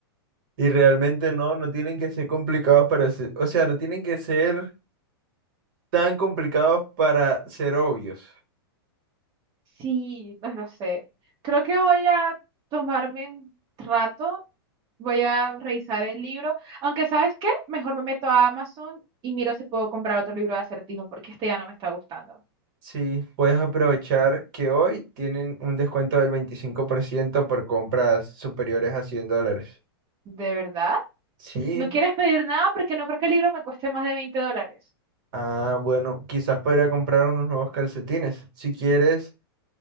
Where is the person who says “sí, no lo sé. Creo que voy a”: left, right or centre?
Right